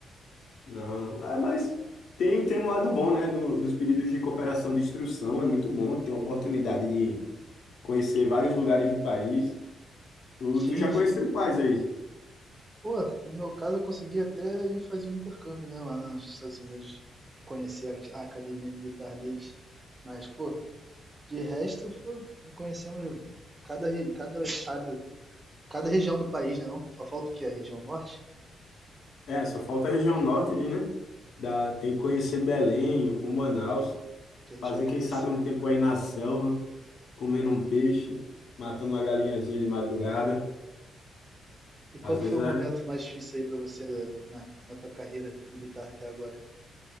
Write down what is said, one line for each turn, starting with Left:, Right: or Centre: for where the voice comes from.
Left: Não, não. É, mas tem, tem um lado bom, né? no- dos pedidos de cooperação de instrução, é muito bom, tem a oportunidade de conhecer vários lugares do país. Tu,
Right: Sim,
Left: tu já conheceu
Right: sim.
Left: quais aí?
Right: Pô, no meu caso eu consegui até ir fazer um intercâmbio, né, lá nos Estados Unidos, conhecer a, a academia militar deles. Mas, pô, de resto, pô, conhecemos cada, re- cada estado, cada região do país, né, não? Só falta o quê? A região norte,
Left: É, só falta a região norte aí, né? Dá, tem que conhecer Belém, o Manaus,
Right: que a gente
Left: fazer,
Right: vai conhecer,
Left: quem sabe, um tempo aí na selva, comendo
Right: né?
Left: um peixe, matando uma galinhazinha de madrugada.
Right: E qual
Left: Às
Right: que
Left: vezes
Right: foi o
Left: é,
Right: momento mais difícil aí pra você na, na, na tua carreira militar até agora?